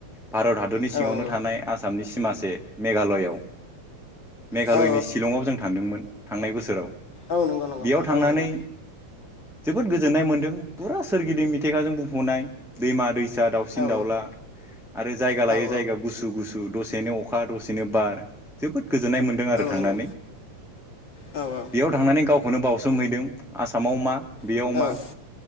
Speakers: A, in the centre; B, on the left.
A: भारत हादरनि
B: औ
A: सिङावनो
B: नंगौ
A: थानाय आसामनि सिमासे मेघालयआव। मेघालयनि
B: औ
A: शिलंआव जों थांदोंमोन थांनाय बोसोराव।
B: औ नंगौ नंगौ
A: बेयाव थांनानै
B: औ नंगौ।
A: जोबोद गोजोननाय मोन्दों फुरा सोरगिदिं मिथिंगाजों बुंफ'नाय दैमा दैस सा दाउसिन
B: औ
A: दाउला आरो जायगा
B: औ
A: लायै
B: औ
A: जायगा गुसु गुसु दसेनो अखा दसे नो बार जोबोद गोजोननाय मोनदों आरो थांनानै
B: नंगौ औ औ
A: बेयाव थांनानै गाव खौनो बावसोमहैदों आसामाव मा बेयाव
B: औ
A: मा